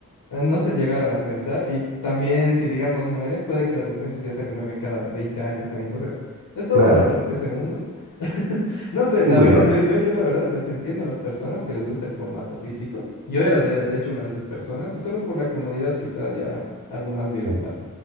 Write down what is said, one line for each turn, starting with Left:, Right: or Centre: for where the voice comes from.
Left: eh, no se llegaron a pensar. Y también, si digamos muere puede que las licencias ya se renueven cada 20 años, treinta O sea, es todo
Right: claro.
Left: un horror ese mundo. <laughs> No sé, la
Right: Sí, porque
Left: verdad,
Right: tú-
Left: yo, yo, yo la verdad les entiendo a las personas que les gusta el formato físico. Yo era de, de hecho una de esas personas y solo por la comodidad quizá ya algo más virtual.
Right: sí,